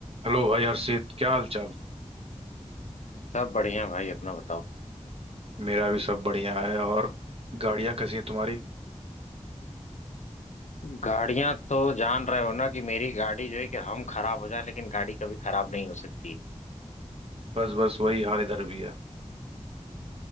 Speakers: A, on the right (about 50°); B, on the left (about 75°).
A: Hello भाई हर्षित क्या हाल चाल
B: सब बढ़िया भाई अपना बताओ
A: मेरा भी सब बढ़िया है और गाड़ियां कैसी हैं तुम्हारी
B: गाड़ियां तो जान रहे हो ना कि मेरी गाड़ी जो है कि हम खराब हो जाए लेकिन गाड़ी कभी खराब नहीं हो सकती
A: बस बस वही हाल इधर भी है